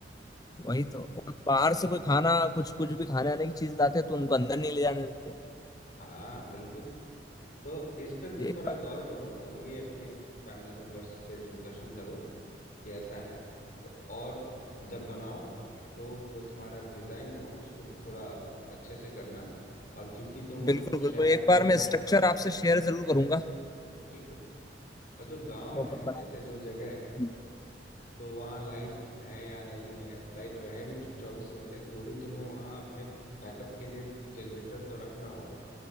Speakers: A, on the left (about 20°); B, on the left (about 50°).
A: वही तो और बाहर से कोई खाना कुछ कुछ भी खाने आने की चीज लाते हैं तो उनको अंदर नहीं ले जाने देते
B: <laughs> हाँ बिल्कुल तो इस पे तुम
A: ये
B: थोड़ा
A: बात
B: गौर करो और ये अपने फैमिली मेंबर्स से डिस्कशन करो कि ऐसा है तो और जब बनाओ तो जो तुम्हारा डिज़ाइन हो उसको थोड़ा अच्छे से करना और क्योंकि तुम
A: बिल्कुल बिल्कुल
B: शहर
A: एक
B: में
A: बार
B: रहो
A: मैं स्ट्रक्चर आपसे शेयर जरूर करूंगा
B: बिल्कुल और जो गांव
A: प्रॉपर
B: है जैसे
A: बना के।
B: जो जगह है
A: हम्म,
B: तो वहाँ लाइट्स हैं या नहीं है लाइट रहे भी चौबीस घंटे तो भी तुम्हें वहाँ अपने बैकअप के लिए जनरेटर तो रखना होगा